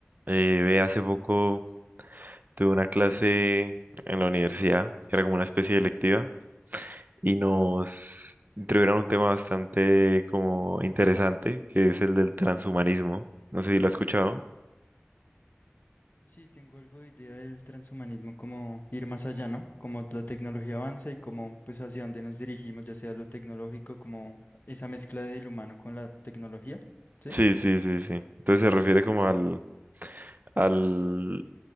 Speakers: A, on the right; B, on the left.
A: Eh, ve, hace poco tuve una clase en la universidad, que era como una especie de electiva, y nos introdujeron un tema bastante como interesante, que es el del transhumanismo. No sé si lo has escuchado.
B: Sí, tengo algo de idea del transhumanismo, como ir más allá, ¿no? Como la tecnología avanza y como pues hacia dónde nos dirigimos, ya sea lo tecnológico, como esa mezcla del humano con la tecnología, ¿sí?
A: Sí, sí, sí, sí. Entonces se refiere como
B: Sí,
A: al, al,